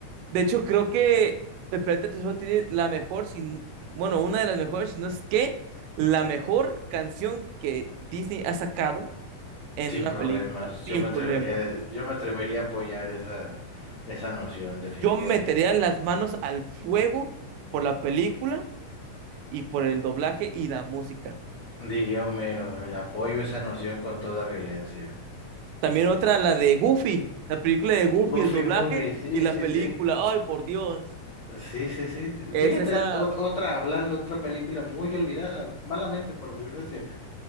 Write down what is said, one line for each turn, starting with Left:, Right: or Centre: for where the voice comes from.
Right: De hecho, creo que El Planeta del Tesoro tiene la mejor, si- bueno, una de las mejores, si no es que la mejor canción que Disney ha sacado en
Left: sin
Right: una
Left: problemas.
Right: película, sin
Left: Yo me atrevería
Right: problema.
Left: a, des- yo me atrevería a apoyar esa, esa noción, definitivamente.
Right: Yo metería las manos al fuego por la película y por el doblaje y la música.
Left: Diría Homero, eh, apoyo esa noción con toda violencia.
Right: También otra, la de Goofy, la película de Goofy,
Left: Buffy
Right: el doblaje
Left: Movie, sí,
Right: y la
Left: sí,
Right: película.
Left: sí.
Right: Ay, por Dios.
Left: Sí, sí, sí.
Right: Es
Left: Fíjate,
Right: esa
Left: ot- otra, hablando, otra película muy olvidada, malamente, por desgracia.